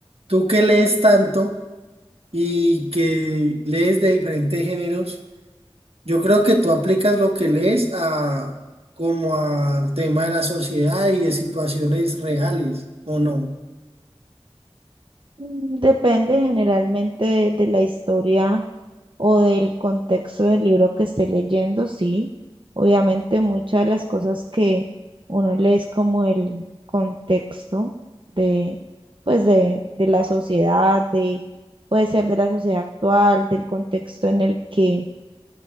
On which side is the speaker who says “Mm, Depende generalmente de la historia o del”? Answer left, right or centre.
Right